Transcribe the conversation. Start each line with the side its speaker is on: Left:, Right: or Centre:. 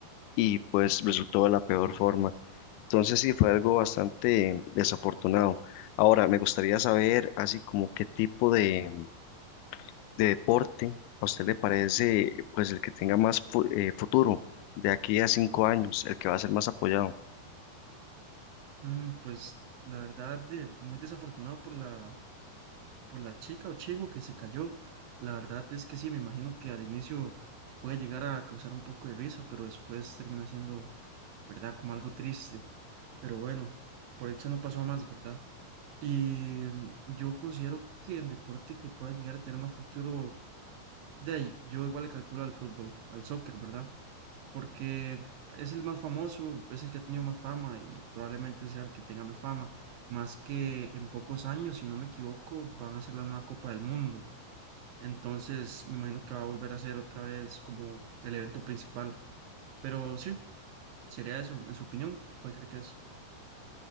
Left: y pues resultó de la peor forma. Entonces sí, fue algo bastante desafortunado. Ahora, me gustaría saber, así como qué tipo de, de deporte a usted le parece, pues el que tenga más fu- eh, futuro de aquí a cinco años, el que va a ser más apoyado.
Right: Mm, pues la verdad, de, muy desafortunado por la por la chica o chico que se cayó. La verdad es que sí, me imagino que al inicio puede llegar a causar un poco de risa, pero después termina siendo, ¿verdad? Como algo triste. Pero bueno, por dicha no pasó a más, ¿verdad? Y mm, yo considero que el deporte que pueda llegar a tener más futuro, de ahí, yo igual le calculo al fútbol, al soccer, ¿verdad? Porque es el más famoso, es el que ha tenido más fama y probablemente sea el que tenga más fama, más que en pocos años, si no me equivoco, van a ser la nueva Copa del Mundo. Entonces, me imagino que va a volver a ser otra vez como el evento principal. Pero sí, sería eso, en su opinión, ¿cuál cree que es?